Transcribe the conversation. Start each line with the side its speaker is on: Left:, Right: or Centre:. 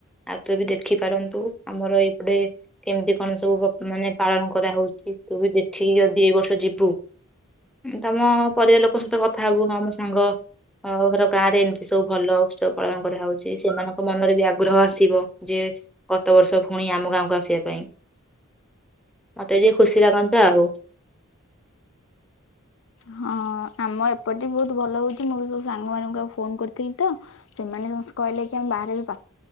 Centre: ଆଉ ତୁ ବି ଦେଖିପାରନ୍ତୁ ଆମର ଏଇପଟେ କେମିତି କଣ ସବୁ ମାନେ ପାଳନ କରାହଉଛି ତୁ ବି ଦେଖିକି ଯଦି ଏଇ ବର୍ଷ ଯିବୁ। ତମ ପରିବାର ଲୋକଙ୍କ ସହିତ କଥା ହବୁ ହଁ ମୋ ସାଙ୍ଗ ହର ଗାଁ ରେ ଏମିତି ସବୁ ଭଲ ଉତ୍ସବ ପାଳନ କରାହଉଛି ସେମାନଙ୍କ ମନରେ ବି ଆଗ୍ରହ ଆସିବ ଯେ ଗତ ବର୍ଷ ପୁଣି ଆମ ଗାଁକୁ ଆସିବା ପାଇଁ ମତେ ଟିକେ ଖୁସି ଲାଗନ୍ତା ଆଉ।
Left: ହଁ ଆମ ଏପଟେ ବି ବହୁତ ଭଲ ହଉଛି ମୁଁ ବି ସବୁ ସାଙ୍ଗମାନଙ୍କୁ ଆଉ ଫୋନ କରିଥିଲି ତ ସେମାନେ ସମସ୍ତେ କହିଲେ କି ଆମ ବାହାରେ ବି ପା